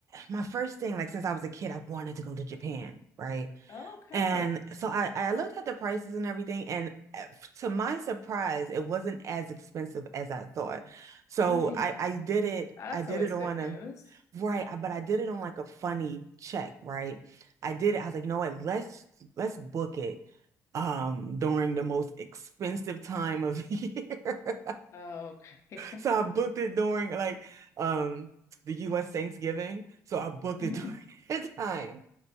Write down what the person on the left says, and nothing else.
Okay.
Nice.
That's
always
good news.
Okay. <laughs>
Mm.